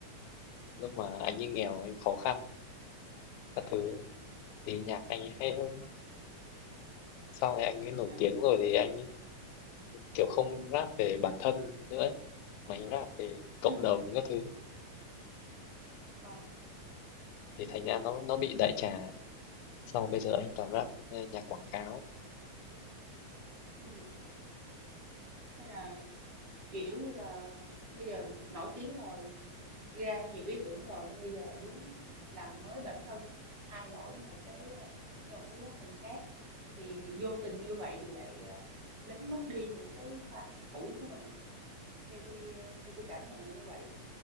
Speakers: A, on the left; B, on the right.
A: lúc mà
B: ừ
A: anh ấy nghèo anh khó khăn các thứ thì nhạc anh ấy hay hơn
B: ờ,
A: sau này anh ấy nổi
B: à
A: tiếng rồi thì anh ấy kiểu không rap về bản thân nữa ấy, mà anh rap về cộng
B: ừ
A: đồng các thứ
B: ờ tôi
A: thì
B: hiểu
A: thành
B: rồi
A: ra nó nó bị đại trà sau bây giờ anh toàn rap nghe nhạc quảng cáo
B: ừ thế là kiểu như là bây giờ nổi tiếng rồi ra nhiều ý tưởng rồi nên bây giờ muốn làm mới bản thân thay đổi một cái ờ, theo một cái góc nhìn khác thì vô tình như vậy thì lại ờ, đánh mất đi những cái fan cũ của mình theo tôi theo tôi cảm nhận là như vậy